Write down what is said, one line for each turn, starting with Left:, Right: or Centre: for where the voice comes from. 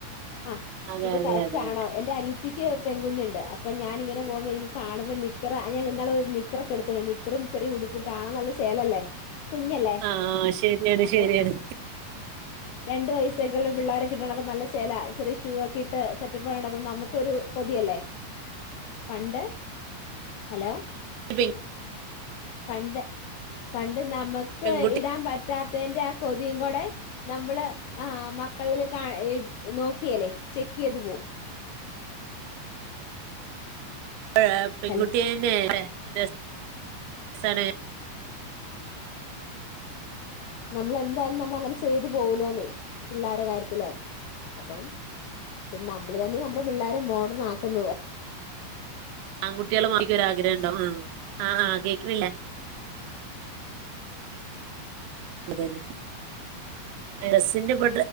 Left: ആ
Right: അതെ
Left: ഇത്
Right: അതെ
Left: കറക്റ്റ്
Right: അതെ
Left: ആണോ
Right: അതെ
Left: എന്റെ അനിയത്തി നിക്ക് പെങ്കുഞ്ഞുണ്ട് അപ്പ ഞാനിങ്ങനെ പോകുമ്പോൾ കാണുമ്പോ നിക്കറഇന്നാള് പോയപ്പോ ഞാൻനിക്കറെക്കെ എടുത്ത നിക്കറും ചെറിയുടുപ്പും കാണൻ നല്ല ചേലല്ലേ കുഞ്ഞല്ലേ
Right: ആ ശരിയാണ്
Left: അപ്പം
Right: ശരിയാണ്
Left: രണ്ട് വയസെക്കുള്ള പിള്ളാരൊക്കെട്ട് നടക്കുമ്പോ നല്ല ശേല ചെറിയ ഷൂ ഒക്കെ ഇട്ട് സെറ്റപ്പ് ആ നടക്കുമ്പ നമുക്കൊരു കൊതിയല്ലേ. പണ്ട് ഹലോ?
Right: പെ
Left: പണ്ട് പണ്ട് നമുക്ക്
Right: പെൺകുട്ടി
Left: ഇടാൻ പറ്റാത്തേന്റെ ആ കൊതീംകൊടെ നമ്മള് ആ മക്കളില് ക ഇ നോക്കിയലെ ചെക്ക് ചെയ്ത് പോവും.
Right: ഏ <unintelligible> പെൺകുട്ടി
Left: അല്ല
Right: ത <inaudible> <unintelligible> ല്ലേ രസ് സാണ്.
Left: നമ്മളെന്തായാലും നമ്മൾ അങ്ങനെ ചെയ്തു പോകൂലോന്നേ പിള്ളേര കാര്യത്തില് അപ്പം നമ്മള് തന്നെ നമ്മുടെ പിള്ളേരെ മോഡേൺ ആക്കുന്നു.
Right: ആൺകുട്ടികള മക്ക് രുആഗ്രഹം ണ്ടാവും ആഹ് ആഹ് കേക്കുന്നില്ലേ അന്നെ ഡ്രസിന്റെ ഇപ്പ